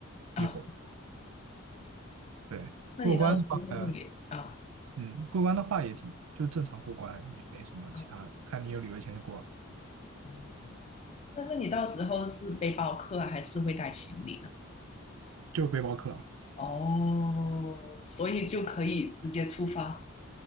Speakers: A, on the left; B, on the right.
A: 啊，
B: 一会儿。对，
A: 那你到时候会啊
B: 过关的话，呃嗯，过关的话也挺就正常过关，也没什么其他看你有旅游钱就过了，
A: 啊嗯，那那你到时候是背包客啊还是会带行李的？
B: 就背包客。
A: 哦，所以就可以直接出发，